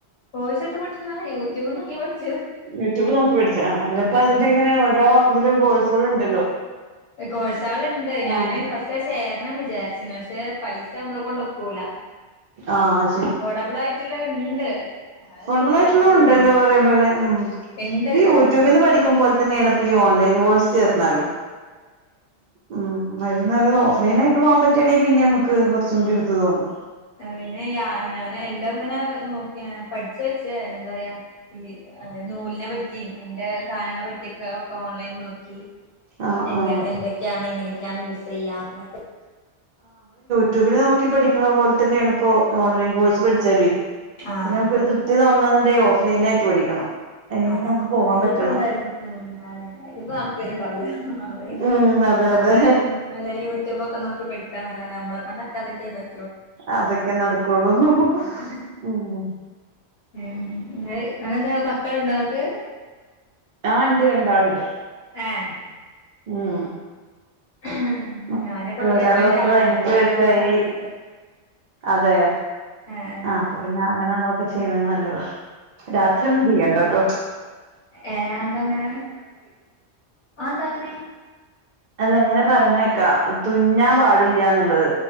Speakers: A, on the left; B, on the right.
A: കോഴ്സെടുത്ത് പഠിച്ചല്ല യൂട്യൂബ് നോക്കി പഠിച്ചു
B: യൂട്യൂബ് നോക്കി പിടിച്ച അല്ലപ്പ
A: ഉം
B: അതിന്റെ ഇങ്ങനെ ഓരോ ഇതിലും കോഴ്സുകള ഉണ്ടല്ലോ
A: കോഴസാള ഇണ്ട് ഞാന്
B: ആഹ്
A: ഫസ്റ്റ് ചേരണം വിചാരിച്ചിന് പക്ഷെ പൈസ നമ്മളെ കൊണ്ടൊക്കൂല
B: ആഹ്
A: അഫോർഡബിൾ ആയിട്ടുള്ള ഉണ്ട് അത്
B: അഫോഡബിളായിറ്റ്ള്ളതും
A: പിന്നെ നമുക്ക്
B: ണ്ടല്ലോ
A: മൈൻഡ്
B: പറീമ്പോലെ ഉം
A: ഉണ്ട്
B: ഈ
A: പക്ഷെ
B: ഊറ്റൂബിന്ന്
A: ഞാൻ
B: പഠിക്കുമ്പോൽതന്നേണ് ഈ ഓൺലൈൻകൊയ്‌സിൽ ചേർന്നാലും ഉം അതില്നല്ലത് ഓഫ്ലൈനായിട്ട് പോവാമ്പ പറ്റാണെങ്കിപിന്നമ്മക്ക് കൊറച്ചൂടിഒരിത് തോന്നും
A: അത്പിന്നെ യാ ഞാനെല്ലോങ്ങനെ നോക്കി എ പഠി ചേച് ന്തറയാ ഈ നൂൽനെ പറ്റി ഇതിന്റെ സാനങ്ങളെ പറ്റിയൊക്കെ ഒക്കെ ഓൺലൈൻ നോക്കി
B: ആഹ്
A: എങ്ങനെ
B: ആഹ്
A: എ എന്തൊക്കെയാണ് എങ്ങനെക്കെയാണ് യൂസെയ്യ അങ്ങനൊക്കെ
B: യൂട്യൂബിൽനോക്കി പഠിക്കണ പോൽതന്നെണോ? പ്പോ ഓൺലൈൻകോഴ്സ് പഠിച്ചാല്
A: ആഹ്
B: പിന്നമ്മക്കൊരു തൃപ്തി തോന്നണന്നുണ്ടെ ഓഫ്‌ലൈൻ ആയിട്ട് പഠിക്കണം. അതിന്
A: ആ
B: പിന്നെ നമുക്ക് പോവാൻ
A: അത്ഞ്ഞിപ്പോന്തായാലും
B: പറ്റണം
A: ഉം അയിഞ്ഞിപ്പോ നടക്കലിണ്ടാവൂല്ല. അ ആ നമ്മല്ലെപിന്ന്യ
B: ഉം അതെ അതെ
A: ഓൺലൈൻ അല്ലേ യൂട്യൂബൊക്കെ നോക്കി പഠിക്കാനല്ലതാ അമ്മള കൊണ്ടക്കതക്കെ പറ്റു
B: അതൊക്കെ നടക്കോള്ളൂ ഹ്ഹ്ഹ്
A: അതെ
B: ഉം.
A: ഉം <unintelligible> മക്കള്ണ്ടോങ്ങക്ക്?
B: ആ ണ്ട് രണ്ടാള്ണ്ട്.
A: എഹ്.
B: ഉം
A: ഹ്മ്മ്
B: മക്കൾ
A: ഞാനിപ്പോ പ്രെഗ്നന്റാണ്
B: ഒരാള് പത്ത് പതിനഞ്ച്
A: അത് പിന്നെ
B: വയസ്സായി
A: ആ ഒരു സമയത്ത്
B: അതെ
A: ഏഹ്
B: ആ അപ്പപിന്നെ അങ്ങനള്ളൊക്കെ ചിയ്യണേ നല്ലത്. രാത്രിയൊന്നും ചിയ്യണ്ട ട്ടോ.
A: ഏ അന്തങ്ങനെ? ആന്തങ്ങനെ?
B: അല്ലങ്ങനെ പറീണേക്ക തുന്നമ്പാടില്ല്യന്ന്ള്ളത്.